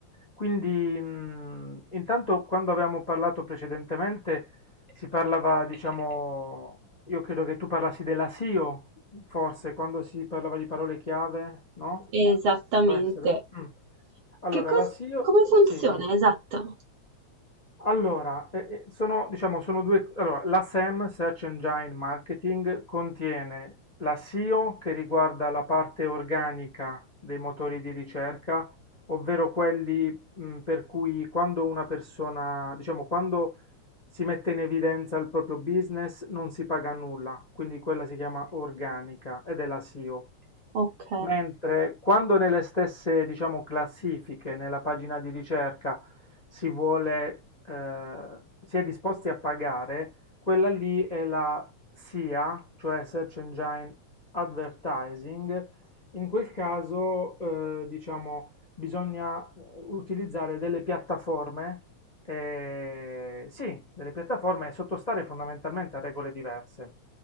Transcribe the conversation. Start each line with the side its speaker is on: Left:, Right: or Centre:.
Left: Quindi, mh, intanto quando avevamo parlato precedentemente si parlava, diciamo, io credo che tu parlassi della SEO, forse, quando si parlava di parole chiave, no?
Right: Esattamente.
Left: Può essere? Mm. Allora,
Right: Che cosa,
Left: la SEO,
Right: come funziona?
Left: sì, dimmi.
Right: Esatto.
Left: Allora, eh, eh, sono, diciamo, sono due, allora, la SEM, Search Engine Marketing, contiene la SEO che riguarda la parte organica dei motori di ricerca, ovvero quelli, mh, per cui quando una persona, diciamo, quando si mette in evidenza il proprio business, non si paga nulla, quindi quella si chiama organica ed è la SEO.
Right: Ok.
Left: Mentre quando nelle stesse, diciamo, classifiche, nella pagina di ricerca, si vuole, eh, si è disposti a pagare, quella lì è la SEA, cioè Search Engine Advertising. In quel caso, eh, diciamo, bisogna eh, utilizzare delle piattaforme eh, sì, delle piattaforme e sottostare fondamentalmente a regole diverse.